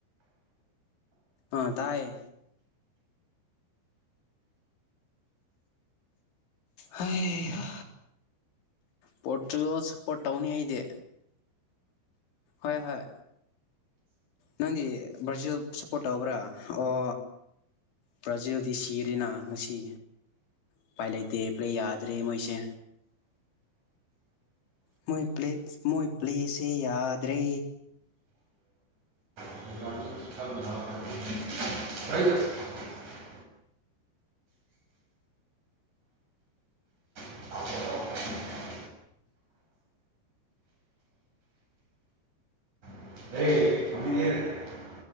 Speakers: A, on the left (about 75°); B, on the right (about 40°).
A: ꯑ ꯇꯥꯏꯌꯦ ꯍꯩꯍꯥ ꯄꯣꯔꯇꯨꯒꯜ ꯁꯞꯄꯣꯔꯠ ꯇꯧꯅꯤ ꯑꯩꯗꯤ ꯍꯣꯏ ꯍꯣꯏ ꯅꯪꯗꯤ ꯕꯔꯖꯤꯜ ꯁꯞꯄꯣꯔꯠ ꯇꯧꯕ꯭ꯔꯥ ꯑꯣ ꯕ꯭ꯔꯥꯖꯤꯜꯗꯤ ꯁꯤꯔꯦꯅ ꯉꯁꯤ ꯎꯄꯥꯏ ꯂꯩꯇꯦ ꯄ꯭ꯂꯦ ꯌꯥꯗ꯭ꯔꯦ ꯃꯣꯏꯁꯦ ꯃꯣꯏ ꯄ꯭ꯂꯦ ꯃꯣꯏ ꯄ꯭ꯂꯦꯁꯦ ꯌꯥꯗ꯭ꯔꯦ
B: <unintelligible> <inaudible> <unintelligible>